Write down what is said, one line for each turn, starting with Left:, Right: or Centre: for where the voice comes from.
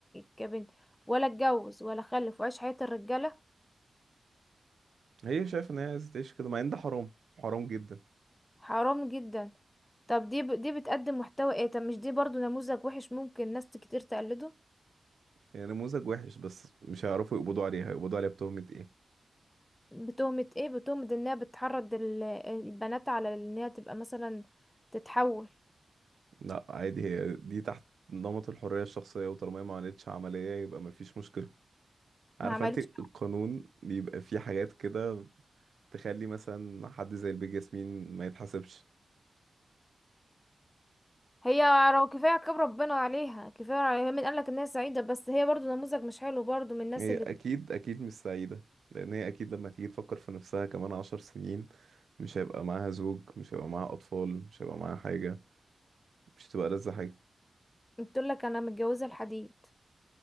Left: كبنت ولا اتجوز ولا اخلف واعيش حياة الرجاله
Right: هي شايفة ان هي عايزة تعيش كده مع ان ده حرام حرام جدا
Left: حرام جدا طب دي ب... دي بتقدم محتوى ايه طب مش دي برضو نموذج وحش ممكن ناس كتير تقلده
Right: هي نموذج وحش بس مش هيعرفوا يقبضوا عليها يقبضوا عليها بتهمة ايه
Left: بتهمة ايه بتهمة انها بتحرض ال- البنات على انها تبقى مثلا تتحول
Right: لا عادي هي دي تحت نمط الحرية الشخصية وطالما هي ما عملتش عملية يبقى ما فيش مشكلة عارفة
Left: ما عملتش
Right: انت القانون بيبقى فيه حاجات كده تخلي مثلا حد زي البيج ياسمين ما يتحاسبش
Left: هي لو كفاية كتاب ربنا عليها كفاية عليها مين قالك انها سعيدة بس هي برضو نموذج مش حلو برضو من الناس
Right: هي
Left: اللي
Right: اكيد اكيد مش سعيدة لان هي اكيد لما تيجي تفكر في نفسها كمان عشر سنين مش هيبقى معاها زوج مش هيبقى معاها اطفال مش هيبقى معاها حاجة مش هتبقى لذة حاجة
Left: بتقولك انا متجوزة الحديد